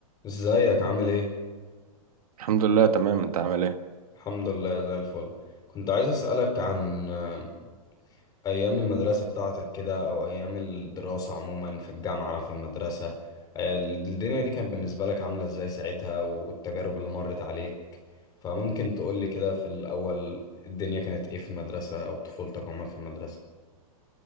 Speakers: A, on the left (about 20°); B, on the right (about 80°).
A: ازيك عامل ايه؟
B: الحمد لله تمام انت عامل ايه
A: الحمد لله زي الفل كنت عايز اسألك عن آه، ايام المدرسة بتاعتك كده او ايام الدراسة عموما في الجامعة في المدرسة آه، الدنيا دي كانت بالنسبة لك عاملة ازاي ساعتها والتجارب اللي مرت عليك فممكن تقولي كده في الاول الدنيا كانت ايه في المدرسة او طفولتك عموما في المدرسة